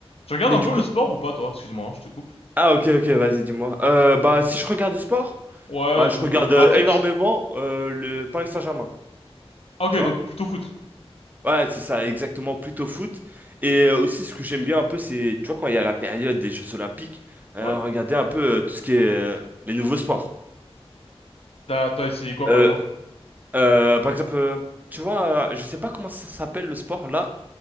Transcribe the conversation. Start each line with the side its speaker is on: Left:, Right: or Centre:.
Left: Tu regardes
Right: Mais
Left: un
Right: du
Left: peu
Right: coup,
Left: le sport ou pas, toi? Excuse-moi, hein, je te coupe.
Right: ah ok ok vas-y dis-moi. Euh, bah si je regarde du sport,
Left: Ouais,
Right: bah je
Left: ou
Right: regarde
Left: te pratiques.
Right: euh, énormément euh, le Paris Saint-Germain,
Left: Ah, Ok,
Right: tu
Left: donc
Right: vois.
Left: plutôt foot.
Right: Ouais c'est ça exactement plutôt foot. Et euh, aussi ce que j'aime bien un peu c'est tu vois quand il y a la période des Jeux Olympiques,
Left: Ouais.
Right: euh, regarder un peu euh, tout ce qui est euh, les nouveaux sports.
Left: T'as, t'as essayé quoi,
Right: Euh,
Left: par exemple?
Right: euh, par exemple, euh, tu vois, euh, je sais pas comment ça s'appelle le sport là,